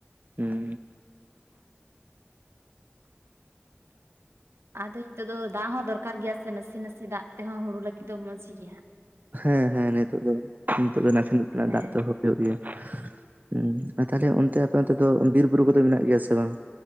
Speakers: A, on the right (about 40°); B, on the right (about 80°).
A: ᱩᱸ
B: ᱟᱫᱚ ᱱᱤᱛᱚ ᱫᱚ ᱫᱟᱜ ᱦᱚᱸ ᱫᱚᱨᱠᱟᱨ ᱜᱮᱭᱟ ᱥᱮ ᱱᱟᱥᱮ ᱱᱟᱥᱮ ᱫᱟᱜ ᱛᱮᱦᱚᱸ ᱦᱩᱲᱩ ᱞᱟᱹᱜᱤᱫ ᱫᱚ ᱢᱚᱸᱡᱽ ᱜᱮᱭᱟ
A: ᱦᱮᱸ ᱦᱮᱸ ᱱᱤᱛᱚᱜ ᱫᱚ ᱱᱤᱛᱚᱜ ᱫᱚ ᱱᱟᱥᱮ ᱱᱟᱜ
B: ᱦᱮᱸ
A: ᱫᱟᱜ ᱛᱮᱦᱚᱸ ᱦᱩᱭᱩᱜ ᱜᱮᱭᱟ ᱦᱩᱸ, ᱟᱨ ᱛᱟᱦᱞᱮ ᱚᱱᱛᱮ ᱟᱯᱮ ᱚᱱᱛᱮ ᱫᱚ ᱵᱤᱨ ᱵᱩᱨᱩ ᱠᱚᱫᱚ ᱢᱮᱱᱟᱜ ᱜᱮᱭᱟ ᱥᱮ ᱵᱟᱝ᱾